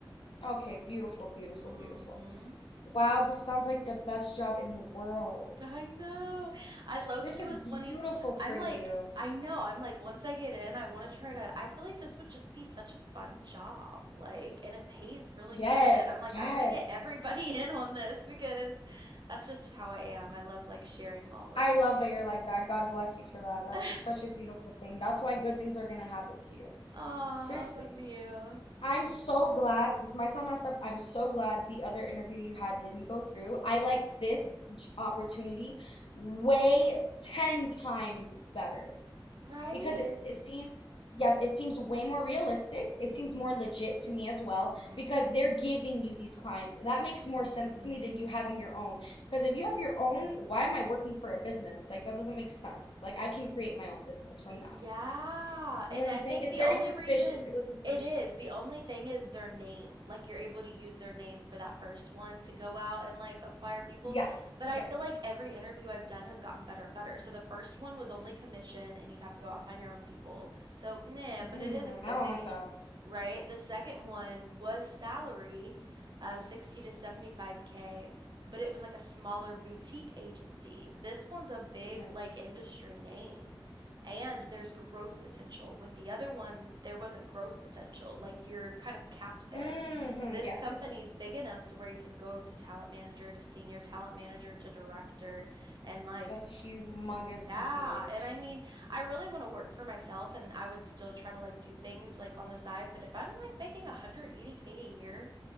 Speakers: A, on the left; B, on the right.
A: Okay, beautiful, beautiful,
B: Mhm.
A: beautiful. Wow, this sounds like the best job in the world.
B: I know. I low
A: This
B: key
A: is
B: was
A: beautiful
B: wanting,
A: for
B: I'm
A: you.
B: like, I know. I'm like, once I get in, I want to try to. I feel like this would just be such a fun job. Like, and it pays really
A: Yes,
B: good. I'm like,
A: yes.
B: I want to get everybody <laughs> in on this because that's just how I am. I love like sharing all of
A: I
B: the
A: love
B: things.
A: that you're like that. God bless you for that. That's
B: <laughs>
A: just such a beautiful thing. That's why good things are gonna happen to you.
B: Aw,
A: Seriously.
B: love you.
A: I'm so glad this might sound messed up. I'm so glad the other interview you had didn't go through. I like this j- opportunity way 10 times better
B: Right?
A: because it, it seems yes it seems way more realistic it
B: Mm-hmm.
A: seems more legit to me as well
B: Mm-hmm.
A: because they're giving you these clients that makes more
B: Mm-hmm.
A: sense to me than you having your own because if you have your own why am I working for a business like that doesn't make sense like I can create my own business from
B: Yeah.
A: that
B: And
A: you know what
B: I
A: I'm saying
B: think
A: it's
B: the
A: very
B: only
A: suspicious
B: reason
A: it was suspicious
B: it is, the only thing is their name. Like you're able to use their name for that first one to go out and like acquire people.
A: yes
B: But I
A: yes
B: feel like every interview I've done has gotten better and better. So the first one was only commission and you'd have to go out and find your own people. So, nah,
A: mm,
B: but it is a,
A: I
B: a big
A: don't like
B: issue,
A: that
B: right? The second one was salary, uh, 60 to 75K, but it was like a smaller boutique agency. This one's a big
A: mm-hmm.
B: like industry name and there's growth potential. With the other one, there wasn't growth potential. Like you're kind of capped there.
A: Mm-hmm.
B: This
A: yes
B: company's
A: yes yes
B: big enough to where you can go to talent manager, to senior talent manager, to director, and like,
A: that's humongously
B: yeah.
A: huge
B: And I mean, I really want to work for myself and I would still try to like do things like on the side, but if I'm like making 180K a year,